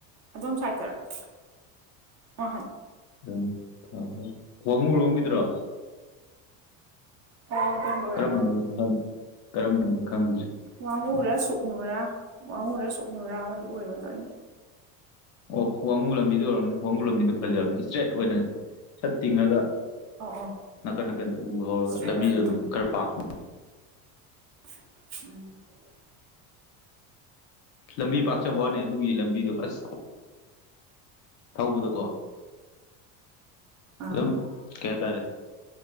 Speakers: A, on the right; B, on the left.
A: ꯑꯣꯝ ꯁꯋꯥꯇꯔꯛ ꯑ
B: ꯎꯝ ꯋꯥꯍꯨ ꯂꯣꯡꯈꯤꯗ꯭ꯔꯣ
A: ꯑꯣ ꯑꯗꯣꯝꯗ ꯑꯣꯏꯔꯝꯃꯅꯤ
B: ꯀꯔꯝꯅ ꯀꯔꯅ ꯈꯪꯗ꯭ꯔꯦ
A: ꯋꯥꯉꯨꯔ ꯁꯨꯞꯛꯅꯨꯔ ꯋꯥꯉꯨꯔ ꯁꯨꯞꯛꯅꯨꯔ ꯑꯃꯗꯤ ꯑꯣꯏꯒꯗꯅꯦ
B: ꯑꯣ ꯋꯥꯡꯉꯨ ꯂꯝꯕꯤꯗꯨ ꯑꯣꯏꯔꯔꯕꯅꯤ ꯋꯥꯡꯉꯨ ꯂꯝꯕꯤꯗꯨꯣ ꯐꯖꯕꯅꯤ ꯏꯁꯇ꯭ꯔꯦꯠ ꯑꯣꯏꯅ ꯁꯠ ꯇꯤꯡꯉꯒ꯫
A: ꯑꯣ ꯑꯣ
B: ꯅꯥꯀꯟ ꯅꯥꯀꯟꯗ ꯎꯕ ꯍꯧꯔꯒ
A: ꯏꯁꯇ꯭ꯔꯦꯠ
B: ꯂꯝꯕꯤꯁꯨ
A: ꯑꯣꯏꯕꯗꯣ
B: ꯑꯗꯨꯝ ꯈꯔ ꯄꯥꯛꯄ꯫
A: <inaudible>
B: ꯂꯝꯕꯤ ꯄꯥꯛꯆꯋꯥꯅꯤ ꯑꯗꯨꯒꯤ ꯂꯝꯕꯤꯗꯣ ꯑꯁ꯫ ꯊꯧꯕꯗꯀꯣ
A: ꯑꯥ
B: ꯑꯗꯨꯝ꯫ ꯀꯩ ꯇꯔꯦ꯫